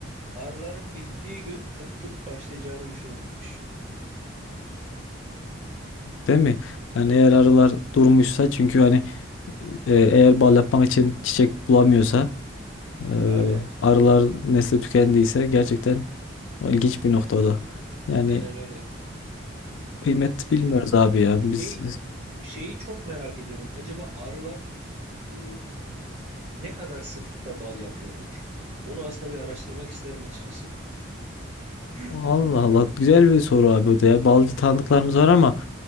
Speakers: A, on the right; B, on the left.
A: Arıların bittiği gün kıtlık başlayacağını düşünün demiş.
B: Değil mi? Yani eğer arılar durmuşsa çünkü hani e, eğer bal yapmak için çiçek bulamıyorsa e,
A: Aynen.
B: arılar nesli tükendiyse gerçekten o ilginç bir noktada. Yani
A: Aynen öyle.
B: kıymet
A: E,
B: bilmiyoruz abi ya.
A: şey
B: Biz
A: şeyi çok merak ediyorum. Acaba arılar e, Ne kadar sıklıkla bal yapıyorlar? Onu aslında bir araştırmak isterim açıkçası. <clears throat>
B: Allah Allah güzel bir soru abi o da ya. Balcı tanıdıklarımız var ama